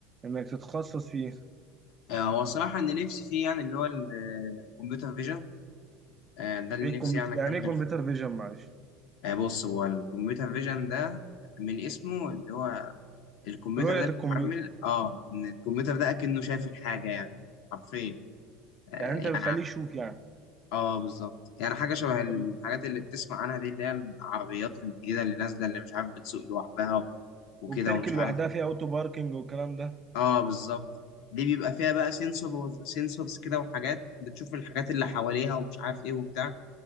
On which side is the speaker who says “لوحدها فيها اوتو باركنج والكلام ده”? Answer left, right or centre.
Right